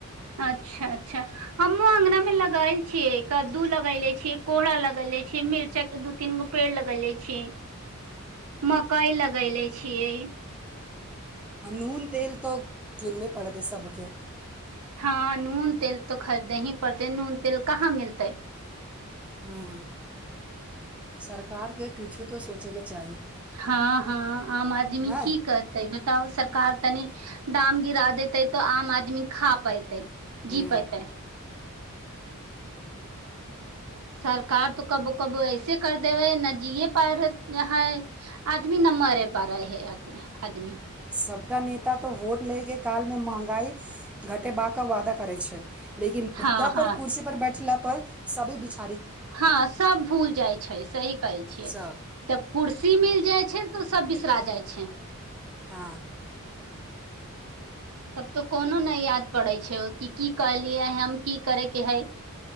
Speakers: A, on the right (about 80°); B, in the centre.
A: अच्छा अच्छा हमहुँ अंगना मे लगायल छियै कद्दू लगैले छियै कोहरा लगैले छीयै मिरचाई के दू तीन गो पेड़ लगैले छियै मकई लगैले छियै
B: आ नून तेल तऽ किनबे पड़तै सभके
A: हँ नून तेल तो खरीदने ही पड़तेै नून तेल कहाँ मिलतै
B: ह सरकारके किछु तऽ सोचैके चाही
A: हँ हँ आम आदमी
B: नहि
A: की करतै बताब सरकार तनी दाम गिरा देते तऽ आम आदमी खा पेते
B: हूँ
A: जी पायतै सरकार तो कबो कब ऐसे कर दे रहे है न जीयए पा रहै आदमी न मरे पा रहे है आदमी
B: सभ नेता तऽ वोट लैके कालमे महगाइ घटेबाके वादा करै छै लेकिन मुद्दा
A: हँ हँ
B: पर कुर्सी पर बैठे लाप पर सभी बिचार
A: हँ सब भूल जाइ छै सही कहै छियै
B: सब
A: तब कुर्सी मिल जाइ छै त सब बिसरा जाइ छै
B: हँ
A: तब तो कोनो नहि याद पड़ै छै कि की कहलियै हम की करयके हइ